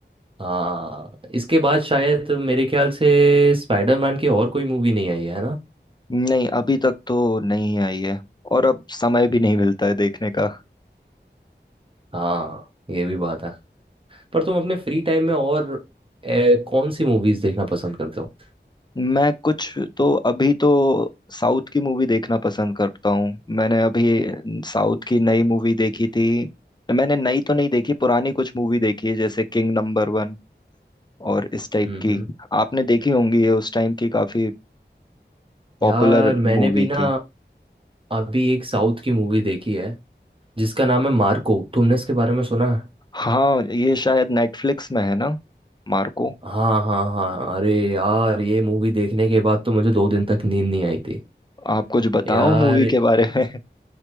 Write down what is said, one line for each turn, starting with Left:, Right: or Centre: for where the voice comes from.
Right: हाँ इसके बाद शायद मेरे ख्याल से स्पाइडरमैन की और कोई मूवी नहीं आई है ना
Left: नहीं अभी तक तो नहीं आई है और अब समय भी नहीं मिलता है देखने का
Right: हाँ ये भी बात है पर तुम अपने फ्री टाइम में और ए, कौन सी मूवीज देखना पसंद करते हो
Left: मैं कुछ तो अभी तो साउथ की मूवी देखना पसंद करता हूँ मैंने अभी साउथ की नई मूवी देखी थी मैंने नई तो नहीं देखी पुरानी कुछ मूवी देखी है जैसे किंग नंबर वन और इस टाइप
Right: हम्म
Left: की
Right: हम्म
Left: आपने देखी होंगी ये उस टाइम की काफी पॉपुलर
Right: यार मैंने
Left: मूवी
Right: भी ना
Left: थी
Right: अभी एक साउथ की मूवी देखी है जिसका नाम है मार्को तुमने इसके बारे में सुना है
Left: हाँ ये शायद नेटफ्लिक्स में है ना मार्को
Right: हाँ हाँ हाँ अरे यार ये मूवी देखने के बाद तो मुझे दो दिन तक नींद नहीं आई थी
Left: आप कुछ बताओ
Right: यार
Left: मूवी के बारे में <laughs>